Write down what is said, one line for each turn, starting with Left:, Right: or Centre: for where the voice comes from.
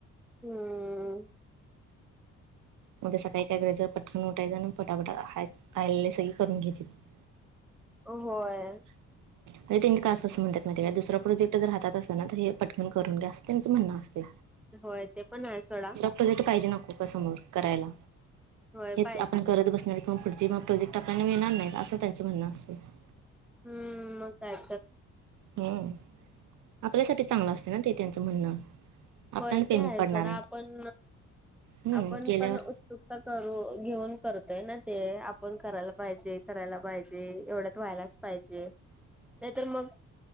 Centre: हम्म <unintelligible>
Right: म्या सकाळी काय करायचं पटकन उठायचं आणि फटाफटाले सगळी करून घ्यायची <unintelligible>
Centre: होय <unintelligible>
Right: <unintelligible> म्हणजे त्यांनी कां असं म्हणतात मा दुसरा प्रजेक्टरात असत ना तर हे पटकन करून घ्या असं त्यांचं म्हणं असं
Centre: होय ते पण आहे सोडा <unintelligible>
Right: प्रेक्ट पाहिजे नको समोर करायला
Centre: होय
Right: हेच
Centre: पाहिजे
Right: आपण
Centre: ते
Right: करत बसणार <unintelligible> मग पुढचे मग प्रोजेक्ट आपल्याला मिळणार नाही असं त्यांं म्हणणं असतं <unintelligible>
Centre: हम्म मग कायतत <unintelligible>
Right: हम आपल्यासाठी चांगला असते ना ते त्यांचं म्हणणं <unintelligible> आपल्याला
Centre: होय
Right: पेमेंट
Centre: ते आहे
Right: पडणार
Centre: सडा आपण
Right: हम्म
Centre: आपण
Right: केल्यावर
Centre: पण <unintelligible> चुका करू घेऊन करतोय ना ते आपण करायला पाहिजे करायला पाहिजे एवढंच व्हायलाच पाहिजे <unintelligible>
Right: ह <unintelligible>
Centre: नाही तरर मग